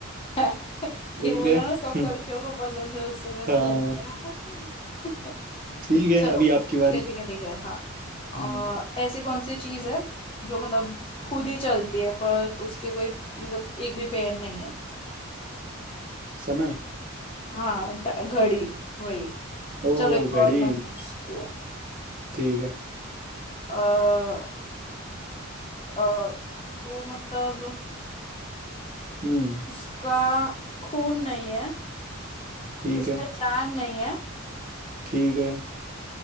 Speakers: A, on the left (about 25°); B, on the right (about 45°).
A: <laughs> ये
B: ठीक
A: बोला
B: है
A: ना सब
B: हम्म,
A: लड़कियों को पसंद है उससे पता
B: हाँ
A: लग गया <laughs>
B: ठीक है
A: चलो
B: अभी आपकी बारी
A: ठीक है ठीक है ठीक है हाँ अ,
B: हम्म
A: ऐसी कौन सी चीज है जो मतलब खुद ही चलती है पर उसके कोई मतलब एक भी पैर नहीं है
B: समय
A: हाँ ट- घड़ी वही
B: ओ
A: चलो एक
B: घड़ी
A: और मैं पूछती हूँ
B: ठीक है
A: अ, अ, वो मतलब
B: हम्म
A: उसका खून नहीं है
B: ठीक
A: उसमें
B: है
A: जान नहीं है
B: ठीक है